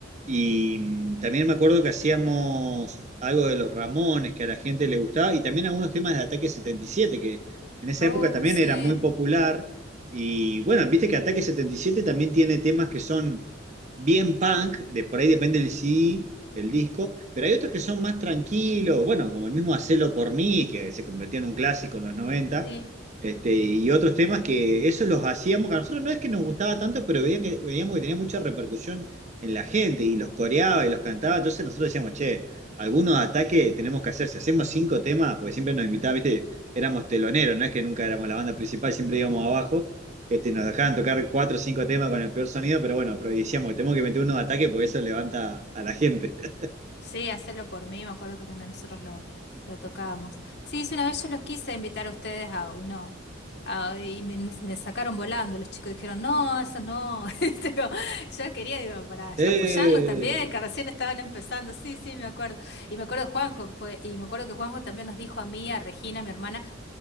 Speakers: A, on the right; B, on the left.
A: y mm, también me acuerdo que hacíamos algo de los Ramones, que a la gente le gustaba, y también algunos temas de Ataque 77, que en esa
B: Oh,
A: época también
B: sí,
A: era muy popular. Y bueno, viste que Ataque 77 también tiene temas que son bien punk, de por ahí depende del CD, el disco, pero hay otros que son más tranquilos, bueno, como el mismo Hacelo por mí, que se convirtió en un clásico en los noventa
B: sí,
A: Este, y otros temas que esos los hacíamos, que a nosotros no es que nos gustaba tanto, pero veían que- veíamos que tenía mucha repercusión en la gente y los coreaba y los cantaba. Entonces nosotros decíamos, che, algunos ataques tenemos que hacer. Si hacemos cinco temas, porque siempre nos invitaban, viste, éramos teloneros, no es que nunca éramos la banda principal, siempre íbamos abajo. Este, nos dejaban tocar cuatro o cinco temas con el peor sonido, pero bueno, pero decíamos que tenemos que meter unos ataques porque eso levanta a la gente. <laughs>
B: sí, hacerlo por mí, me acuerdo que también nosotros lo, lo tocábamos. Sí, sí, una vez yo los quise invitar a ustedes a uno, a- y me, me- me sacaron volando, los chicos dijeron, no, eso no, <laughs> Este, como, yo quería, digo, para
A: ¡Eh!
B: apoyarlos también, que recién estaban empezando, sí, sí, me acuerdo. Y me acuerdo de Juanjo, que fue- y me acuerdo que Juanjo también nos dijo a mí, a Regina, mi hermana,